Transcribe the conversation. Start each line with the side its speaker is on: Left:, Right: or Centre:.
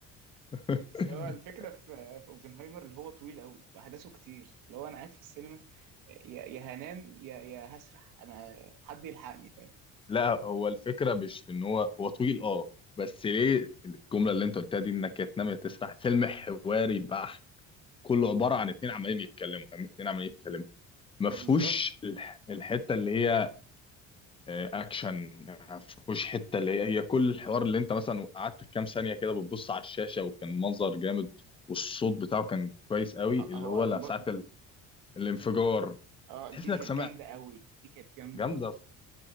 Left: <laughs>
Right: بس هو الفكره في في اوبنهايمر اللي هو طويل قوي واحداثه كتير اللي هو انا قاعد في السينما آه، يا يا هنام يا يا هسرح انا حد يلحقني فاهم
Left: لا هو الفكرة مش في ان هو هو طويل اه بس ليه الجملة اللي انت قلتها دي انك يا تنام يا تسرح فيلم حواري بحت كله عبارة عن اتنين عمالين يتكلموا عم- اتنين عمالين يتكلموا ما
Right: ما
Left: فيهوش
Right: بالظبط
Left: الح- الحتة اللي هي آه، اكشن ما فيهوش حتة اللي هي هي كل الحوار اللي انت مثلا قعدت كام ثانية كده بتبص على الشاشة وكان منظر جامد والصوت بتاعه كان كويس قوي
Right: آه،
Left: اللي
Right: هو
Left: هو لا
Right: ب...
Left: ساعة ال- الانفجار
Right: اه
Left: تحس
Right: دي
Left: انك
Right: كانت
Left: سمعت
Right: جامده قوي دي كانت جامده
Left: جامدة
Right: قوي